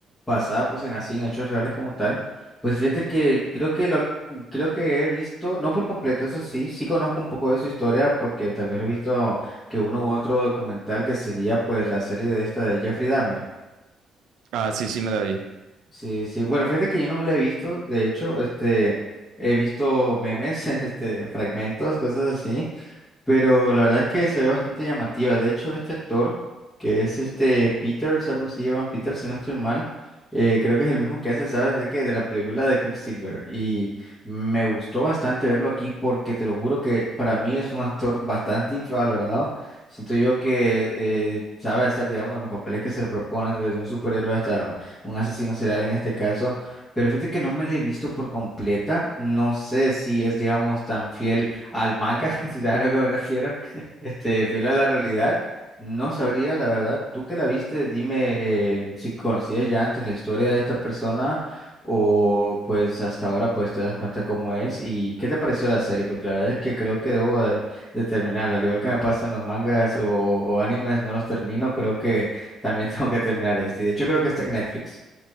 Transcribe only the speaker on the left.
basada pues en así en hechos reales como tal, pues fíjate que creo que lo creo que he visto, no por completo, eso sí, sí conozco un poco de su historia porque tal vez he visto que uno u otro documental que sería pues la serie de esta de Jeffrey Dahmer.
Sí, sí. Bueno, fíjate que yo no me la he visto. De hecho, este, he visto memes, <laughs> este, fragmentos, cosas así. Pero la verdad es que se ve bastante llamativa. De hecho, este actor, que es este Peters, algo así, Evan Peters, si no estoy mal, eh, creo que es el mismo que hace, ¿sabes? De que de la película de Quicksilver. Y me gustó bastante verlo aquí porque te lo juro que para mí es un actor bastante infravalorado. Siento yo que eh, sabe hacer, digamos, los papeles que se le proponen, desde un superhéroe hasta un asesino serial en este caso. Pero fíjate que no me lo he visto por completa. No sé si es, digamos, tan fiel al manga, <laughs> si sabes a lo que me refiero, este, fiel a la realidad. No sabría, la verdad, tú que la viste, dime eh, si conocías ya antes la historia de esta persona o pues hasta ahora pues te das cuenta cómo es y qué te pareció la serie, porque la verdad es que creo que debo de, de terminarla, al igual que me pasa en los mangas o, o animes, no los termino, creo que también <laughs> tengo que terminar este, y de hecho creo que está en Netflix.